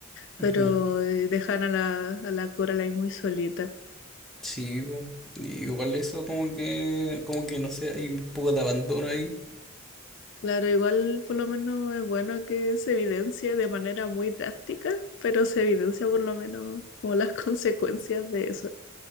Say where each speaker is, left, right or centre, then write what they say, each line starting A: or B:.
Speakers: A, on the left (about 55°); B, in the centre.
A: pero
B: Ujú.
A: eh, dejan a la, a la Coraline muy solita.
B: Sí, po. Y igual eso como que, como que no sé, hay un poco de abandono ahí.
A: Claro, igual por lo menos es bueno que se evidencie de manera muy drástica, pero se evidencia por lo menos como las <laughs> consecuencias de eso.